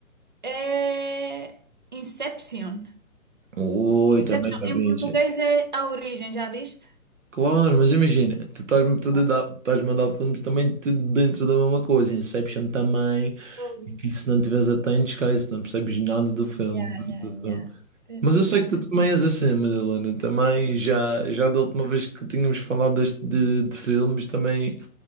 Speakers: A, on the right (about 35°); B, on the right (about 60°).
A: é Inception.
B: Oi,
A: Inception,
B: também já vi.
A: em português é A Origem, já viste?
B: Claro, mas imagina, tu estás-me tudo
A: Não.
B: a dar, estás-me a dar filmes também tudo dentro da mesma coisa, Inception também,
A: Ouvi.
B: e se não tiveres atento, esquece, não percebes nada do filme,
A: Yeah,
B: nada
A: yeah,
B: do filme.
A: yeah. Tens
B: Mas
A: razão.
B: eu sei que tu também és assim, Madalena, também já, já da última vez que tínhamos falado deste, de, de filmes, também